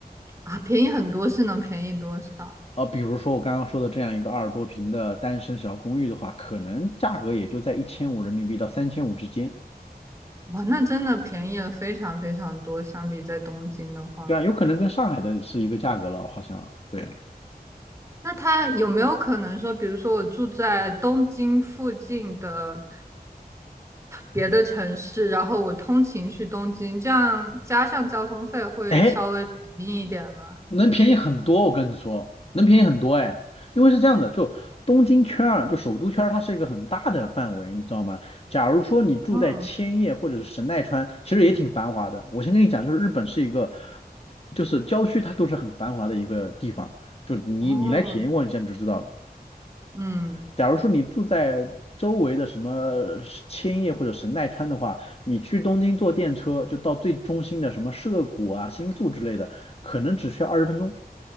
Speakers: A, on the right; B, on the left.
A: 啊，便宜很多是能便宜多少？
B: 呃，比如说我刚刚说的这样一个二十多平的单身小公寓的话，可能价格也就在一千五人民币到三千五之间。
A: 哇，那真的便宜了非常非常多，相比在东京的话。
B: 对啊，有可能跟上海的是一个价格了，好像。对。
A: 那他有没有可能说，比如说我住在东京附近的别的城市，然后我通勤去东京，这样加上交通费会稍微便宜一点吗？
B: 哎，能便宜很多，我跟你说，能便宜很多哎，因为是这样的，就东京圈儿，就首都圈儿，它是一个很大的范围，你知道吗？假如说你住在千叶或者是神奈川，
A: 嗯，
B: 其实也挺繁华的。我先跟你讲，就是日本是一个，就是郊区它都是很繁华的一个地方，就你你来体验过一下你就知道了。
A: 哦，嗯，
B: 假如说你住在周围的什么千叶或者神奈川的话，你去东京坐电车就到最中心的什么涉谷啊、新宿之类的，可能只需要二十分钟。